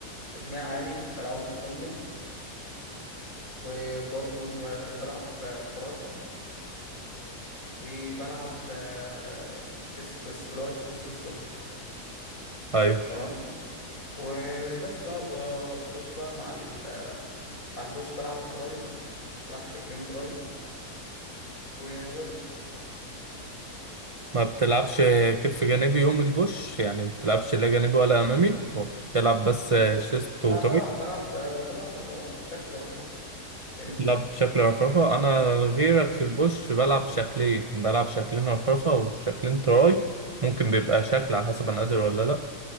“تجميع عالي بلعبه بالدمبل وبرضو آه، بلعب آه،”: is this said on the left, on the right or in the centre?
Left